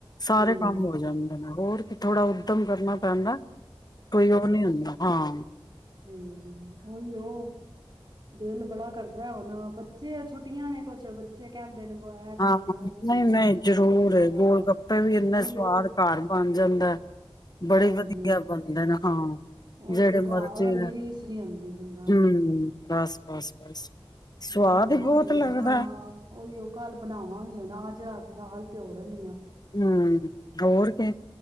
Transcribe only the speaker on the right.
ਹਮ
ਠੀਕ ਉਹੀ ਉਹ ਦਿਲ ਬੜਾ ਕਰਦਾ ਉਹਨਾ ਬੱਚੇ ਆ ਛੋਟੇ ਨੇ ਕੁਛ ਬੱਚੇ ਕਹਿੰਦੇ ਨੇ ਵਾ ਇਹ
ਖਾਣਾ ਉਹ
ਖਾਣਾ
ਹਾਂ,
ਉਹੀਓ
ਹਾਂਜੀ-ਹਾਂਜੀ,
ਉਹੀਓ
ਘਰ
ਵਰਗੀ
ਰੀਸ ਨੀ ਆਂਦੀ ਬੰਦਾ
ਬਣਾਵਾਂ
ਹਾਂ ਉਹੀ ਉਹ ਕੱਲ ਬਣਾਵਾਂੀਆਂ ਨਾ ਅੱਜ ਰਾ ਦਾਾਲਲ ਪਿਓਣ